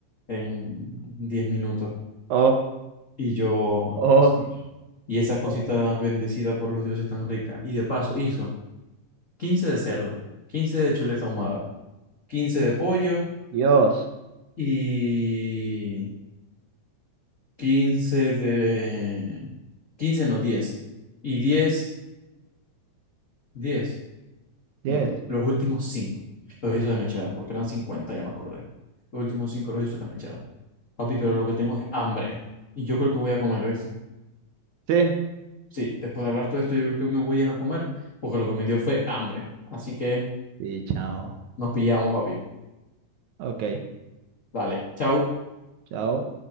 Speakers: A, on the left; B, on the right.
A: en 10 minutos.
B: Oh,
A: Y yo,
B: oh,
A: Dios mío. Y esa cosita
B: oh,
A: bendecida por los dioses tan rica. Y de paso hizo quince de cerdo, 15 de chuleta ahumada, 15 de pollo
B: Dios.
A: y... 15 de... 15 no, diez Y diez diez
B: Yes.
A: no, los últimos 5 los hizo de mechada, porque eran 50 ya me acordé. Los últimos cinco los hizo de mechada. Papi,
B: Mm,
A: pero lo que tengo es hambre. Y yo creo que voy a comer, ¿oíste?
B: Sí.
A: Sí, después de hablar todo esto, yo creo que me voy a comer, porque lo que me dio fue hambre. Así que
B: Sí, chao.
A: nos pillamos, papi.
B: Ok,
A: Dale, chau.
B: chao.